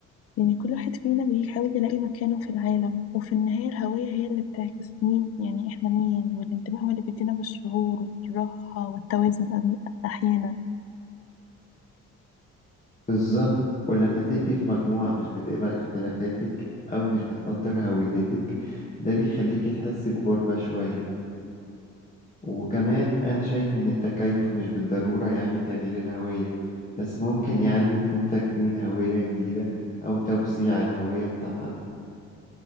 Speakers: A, on the left; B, on the left.
A: يعني كل واحد فينا بيحاول يلاقي مكانه في العالم وفي النهاية الهوية هي اللي بتعكس مين يعني احنا مين والانتباه هو اللي بيدينا بالشعور والراحة والتوازن أم- أحيانا
B: بالظبط ولما تبقي في مجموعة مش بتقبل اختلافاتك أو مش بتقدر هويتك ده بيخليك تحسي بغربة شوية وكمان أنا شايف إن التكيف مش بالضرورة يعني تغيير الهوية بس ممكن يعني يكون تكوين هوية جديدة أو توسيع الهوية بتاعتك